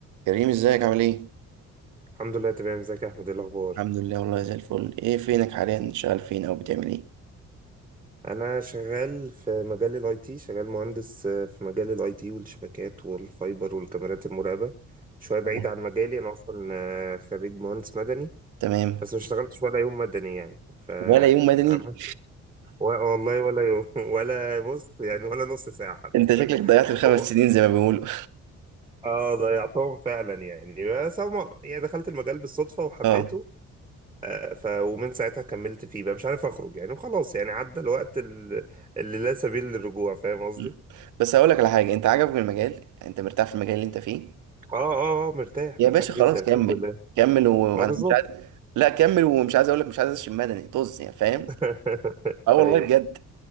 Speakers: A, on the right; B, on the right.
A: كريم ازيك عامل ايه؟
B: الحمد لله تمام ازيك يا احمد ايه الاخبار
A: الحمد لله والله زي الفل ايه فينك حاليا شغال فين او بتعمل ايه؟
B: انا شغال في مجال الاي تي شغال مهندس آه، في مجال الاي تي والشبكات والفايبر والكاميرات المراقبه شويه بعيد
A: اه
B: عن مجالي انا اصلا آه، خريج مهندس مدني
A: تمام
B: بس ما اشتغلتش ولا يوم مدني يعني فعملت
A: ولا يوم مدني
B: و- والله ولا يوم <laughs> ولا بص يعني ولا نص ساعه
A: <laughs>
B: حتى
A: انت شكلك ضيعت الخمس
B: هو-
A: سنين زي ما بيقولوا
B: اه ضيعتهم فعلا يعني بس هما يعني دخلت المجال بالصدفه وحبيته
A: اه
B: آه، ف ومن ساعتها كملت فيه بقى مش عارف اخرج يعني وخلاص يعني عدى الوقت ال- اللي لا سبيل للرجوع فاهم قصدي؟
A: مم. بس هقول لك على حاجه انت عجبك المجال يعني انت مرتاح في المجال اللي انت فيه
B: اه اه اه مرتاح
A: يا
B: مرتاح
A: باشا
B: جدا
A: خلاص
B: الحمد
A: كمل
B: لله
A: كمل و-
B: ما
A: وانا
B: بالظبط
A: مش عايز لا كمل ومش عايز اقول لك مش عايز اشم مدني طز يعني فاهم
B: <laughs>
A: اه والله
B: ايوه
A: بجد